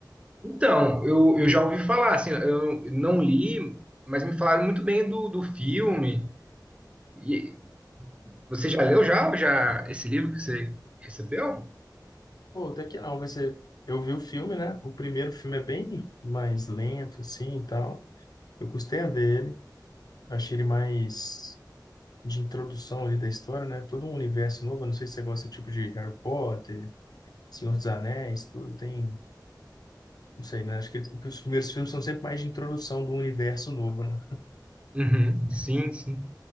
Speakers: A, on the right; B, on the left.
A: Então, eu, eu já ouvi falar, assim, eu não li, mas me falaram muito bem do, do filme. E você já leu já, já esse livro que você recebeu?
B: Pô, até que não, vai ser. Eu vi o filme, né? O primeiro filme é bem mais lento, assim e tal. Eu custei a ver ele, achei ele mais de introdução ali da história, né? Todo um universo novo. Eu não sei se você gosta desse tipo de Harry Potter, Senhor dos Anéis, tudo. Tem Não sei, né? Acho que os primeiros filmes são sempre mais de introdução do universo novo, né?
A: Uhum, sim, sim.